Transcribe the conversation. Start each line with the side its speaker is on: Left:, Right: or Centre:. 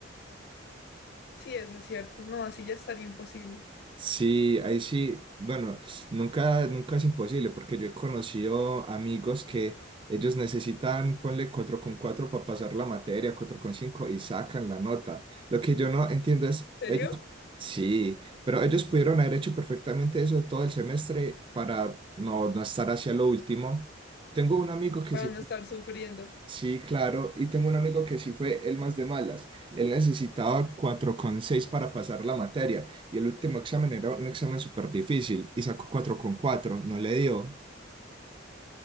Left: Sí, eso es cierto. No, así ya estaría imposible.
Right: Sí, ahí sí, bueno, nunca, nunca es imposible porque yo he conocido amigos que ellos necesitan, ponle 4 con 4 para pasar la materia, 4 con 5 y sacan la nota. Lo que yo no entiendo es,
Left: ¿En serio?
Right: ellos, sí, pero ellos pudieron haber hecho perfectamente eso todo el semestre para no, no estar hacia lo último. Tengo un amigo que
Left: Para
Right: sí
Left: no estar sufriendo.
Right: Sí, claro, y tengo un amigo que sí fue el más de malas. Él necesitaba cuatro coma seis para pasar la materia y el último examen era un examen súper difícil y sacó cuatro coma cuatro. no le dio.